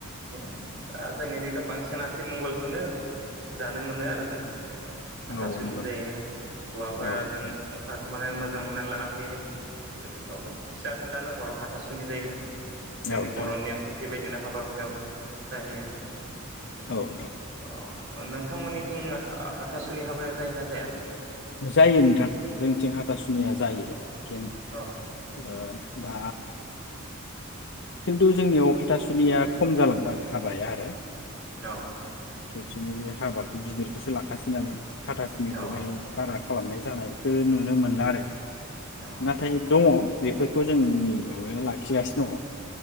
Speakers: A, on the right; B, on the left.
A: बेनो दा जोंनिजोंथ' बांसिन आथिमंगल बेखौनो जानो मोनो आरो जों हाथासुनि
B: औ नंगौ
A: जायो
B: नोंथां
A: हौवाफोरा
B: औ नोंथां
A: जेन खार माने मोजां मोननानै लाना फैयो औ फिसा फेनलानो हर हाथ हाथासुनि जायो
B: औ
A: जोंनि
B: नोंथां
A: बर' नेमखान्थि बायदिना हाबायाव हुखायाव जाहैयो अ
B: औ नोंथां
A: अ नों नोंथमोननिथिं हाथासुनि हाबाया जायो ना जाया?
B: जायो नोंथां जोंथिं हाथासुनिया जायो
A: औ
B: <inaudible> ओ दा खिन्थु जोंनियाव हाथासु सुनिया खम जालांबाय हाबाया आरो
A: औ
B: खेबसेनो बे हाबाखौ गिदिरखौसो लाखासै नालाय हाथासुनिखौहाय
A: औ
B: बारा खालामनाय जानायखौ नुनो मोनला आरो
A: औ
B: नाथाय दङ बेफोरखौ जोंनि माबाया लाखिगासिनो दङ